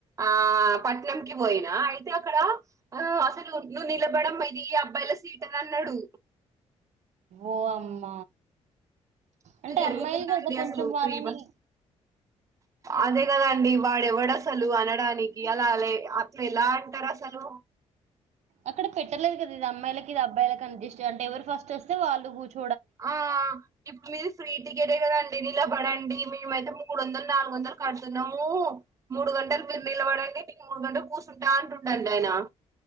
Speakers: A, on the right; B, on the right.
A: ఆ పట్నం కి పోయినా అయితే అక్కడ అసలు ను్ నిలబడం ఇది అబ్బాయిల సీట్ అని అన్నాడు
B: ఓ అమ్మ
A: ఇట్లా
B: అంటే
A: జరుగుతుందండి
B: అమ్మాయిలు కదా కొంచెం
A: అసలు
B: వాళ్ళని
A: ఫ్రీ బస్ అదే కదండి వాడెవడు అసలు అనడానికి అలా అట్లా ఎలా అంటారు అసలు
B: అక్కడ పెట్టలేదు కద ఇ అమ్మాయిలకి ఇది అబ్బాయిల అ ఇష్ట అ ఎవరు ఫస్ట్ వస్తే వాళ్ళు కూర్చు
A: ఆ ఇప్పుడు మీది ఫ్రీటికెట్ కదా అండి నిలబడండి మేముయితే మూడు వందలు నాలుగు వందలు కడుతున్నాము మూడు గంటలు మీరు నీల పడండి ఇ మూడు గంటలు కూర్చుంటా అంటుండండి ఆయన